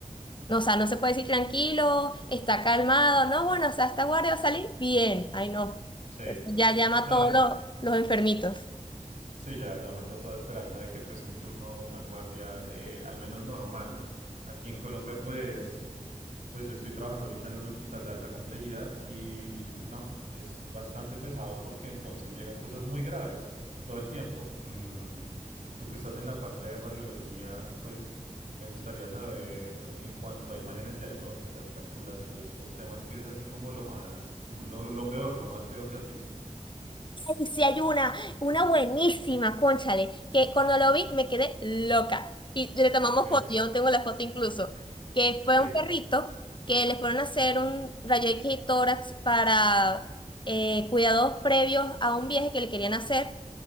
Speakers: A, on the left; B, on the right.
A: No, o sea, no se puede decir tranquilo, está calmado, no, bueno, o sea, esta guardia va a salir bien. Ay, no.
B: Sí,
A: Ya llama a
B: no,
A: todos
B: no, no.
A: los, los enfermitos.
B: Sí, ya, ya mató toda esperanza de que fuese un turno o una guardia, eh, al menos normal. Aquí en Colombia, pues, Pues yo estoy trabajando ahorita en un hospital de alta complejidad y no, es bastante pesado porque entonces llegan cosas muy graves todo el tiempo. Mm, tú que estás en la parte de radiología, pues me gustaría saber en cuanto a imágenes diagnósticas, fracturas y todos estos temas, que es así como lo más, como lo, lo- lo peor, lo más feo que has visto.
A: Y si hay una, una buenísima, cónchale, que cuando lo vi me quedé loca. Y le tomamos
B: Ok,
A: foto, yo aún tengo la foto incluso, que fue
B: sí.
A: un perrito que les fueron a hacer un rayo X y tórax para eh, cuidados previos a un viaje que le querían hacer.